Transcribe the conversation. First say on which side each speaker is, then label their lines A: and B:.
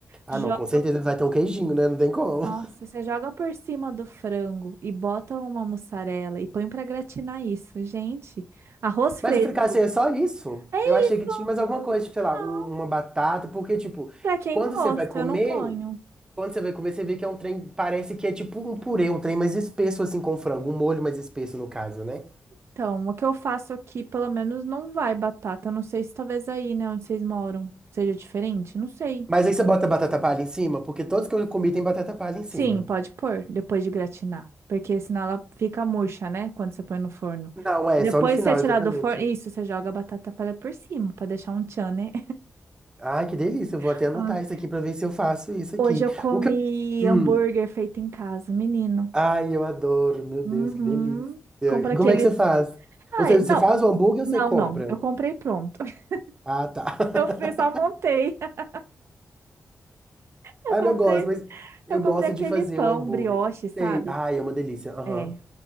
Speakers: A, on the right (about 15°); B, on the right (about 60°).
A: Ah,
B: Joga.
A: não, com certeza vai ter um queijinho, né? Não tem como.
B: Nossa,
A: <laughs>
B: você joga por cima do frango e bota uma mussarela e põe pra gratinar isso. Gente, arroz fresco.
A: Mas o fricassê é só isso?
B: É
A: Eu achei
B: isso,
A: que tinha mais alguma coisa, tipo, sei lá,
B: não.
A: um- uma batata, porque, tipo,
B: Pra quem
A: quando
B: gosta,
A: você vai comer.
B: eu não ponho.
A: Quando você vai comer, você vê que é um trem, parece que é tipo um purê, um trem mais espesso assim com frango, um molho mais espesso no caso, né?
B: Então, o que eu faço aqui, pelo menos, não vai batata. Eu Não sei se talvez aí, né, onde vocês moram, seja diferente. Não sei.
A: Mas aí você bota batata palha em cima, porque todos que eu comi tem batata palha em cima.
B: Sim, pode pôr depois de gratinar. Porque senão ela fica murcha, né? Quando você põe no forno.
A: Não, é
B: Depois
A: só no final,
B: que você tirar
A: exatamente.
B: do forno, isso, você joga a batata palha por cima, pra deixar um tchan, né?
A: Ai, que delícia, eu
B: <laughs>
A: vou até anotar isso aqui pra ver se eu faço isso aqui.
B: Hoje eu comi
A: O que eu... Hum,
B: hambúrguer feito em casa, menino.
A: ai, eu adoro, meu
B: Uhum.
A: Deus, que delícia.
B: Compra aquele.
A: Como é que você faz?
B: Ai,
A: Ou seja
B: não.
A: você faz o hambúrguer ou
B: Não,
A: você compra?
B: não. Eu comprei pronto. <laughs>
A: Ah, tá. <laughs>
B: Eu fiz, só montei. <laughs> Eu
A: Ah,
B: comprei,
A: não, eu gosto, mas eu
B: eu comprei
A: gosto
B: aquele
A: de fazer
B: pão
A: o hambúrguer.
B: brioche, sabe?
A: Sei. Ai, é uma delícia. Aham.
B: É.